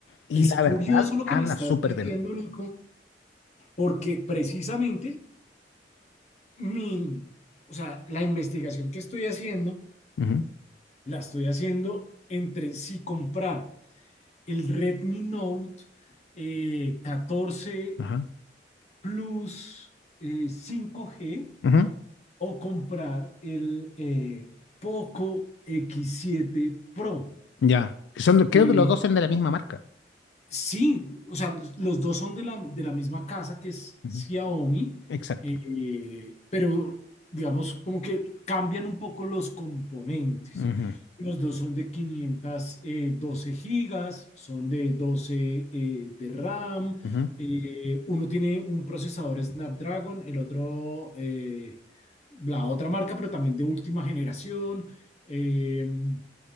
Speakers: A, on the left; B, on the left.
A: Y
B: Es
A: la
B: curioso
A: verdad,
B: lo que
A: anda
B: me estás
A: súper
B: diciendo,
A: bien.
B: Nico, porque precisamente mi, o sea, la investigación que estoy haciendo,
A: Ujú,
B: la estoy haciendo entre si comprar el Redmi Note eh, 14
A: Ajá.
B: Plus eh, 5G
A: Ujú.
B: o comprar el eh, Poco x siete Pro.
A: Ya. Que Son, de- creo
B: Eh,
A: que los dos son de la misma marca.
B: Sí, o sea, los los dos son de la, de la misma casa que es
A: Ujú,
B: Xiaomi,
A: Exacto.
B: eh, pero digamos como que cambian un poco los componentes.
A: ujú,
B: Los dos son de quinientos doce gigas, son de 12 eh, de RAM,
A: ujú,
B: eh, uno tiene un procesador Snapdragon, el otro, eh, la otra marca, pero también de última generación. em,